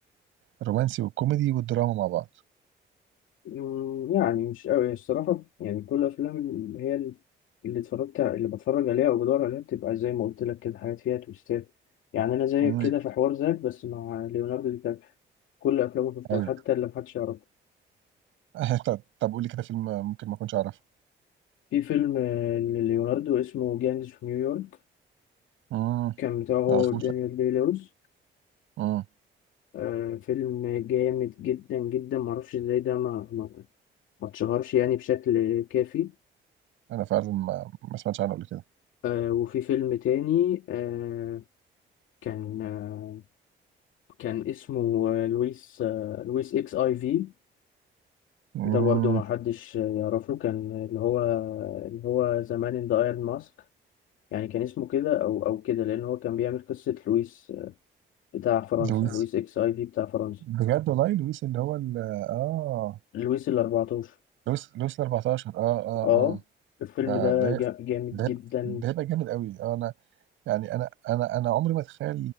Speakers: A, on the right; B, on the left.
A: الرومانسي والكوميدي والدراما مع بعض
B: مم، يعني مش قوي الصراحة يعني كل الأفلام اللي هي اللي اللي اتفرجت اللي بتفرج عليها أو بدور عليها بتبقى زي ما قلت لك كده حاجات فيها تويستات يعني أنا زيك
A: امم
B: كده في حوار ذاك بس مع ليوناردو دي كابري كل أفلامه شفتها
A: ايوه
B: حتى اللي محدش يعرفها
A: <laughs> طب طب قولي كده فيلم ممكن ما اكونش اعرفه
B: في فيلم آه، لليوناردو اسمه جانجز في نيويورك
A: امم
B: كان بتاعه هو
A: ما اعرفوش
B: ودانيال دي لويس
A: امم
B: آه، فيلم جامد جدا جدا معرفش ازاي ده ما ما اتشهرش يعني بشكل كافي
A: انا فعلا ما ما سمعتش عنه قبل كده
B: آه وفي فيلم تاني آه كان آه كان اسمه آه، لويس آه لويس اكس اي في
A: امم
B: ده برضه ما حدش يعرفه كان اللي هو اللي هو زمان ان ذا ايرون ماسك يعني كان اسمه كده او او كده لان هو كان بيعمل قصة لويس آه، بتاع فرنسا
A: لويس
B: لويس اكس اي في بتاع فرنسا
A: بجد والله لويس اللي هو ال اه
B: لويس ال 14
A: لويس لويس ال 14 اه اه
B: اه
A: اه
B: الفيلم
A: ده
B: ده
A: ده
B: جا- جامد
A: ده
B: جدا
A: ده يبقى جامد قوي آه انا يعني انا انا انا عمري ما اتخيل